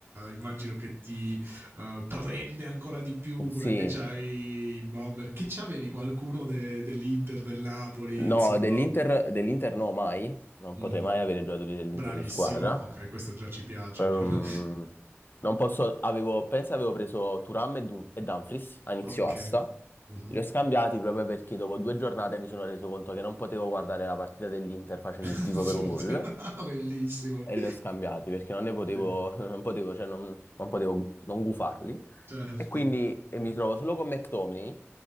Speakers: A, on the right; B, on the left.
A: immagino che ti eh, prende ancora di più perché
B: sì,
A: c'hai i bomber che c'avevi qualcuno de- dell'Inter del Napoli
B: no,
A: insomma
B: dell'Inter dell'Inter no mai, non
A: Mm.
B: potrei mai avere giocatori dell'Inter
A: bravissimo
B: in squadra.
A: ok questo già ci piace
B: Ehm,
A: diciamo.
B: non posso, avevo, penso avevo preso Thuram e, Dun- e Dumfries a inizio
A: <laughs> ok
B: asta.
A: Mhm.
B: Li ho scambiati proprio perché dopo due giornate mi sono reso conto che non potevo guardare la partita dell'Inter facendo
A: <laughs>
B: il tifo per un gol
A: bellissimo
B: e li ho scambiati perché non ne potevo,
A: Sì,
B: <laughs> non potevo, cioè non, non potevo gu- non gufarli.
A: certo
B: E quindi e mi trovo solo con McTominay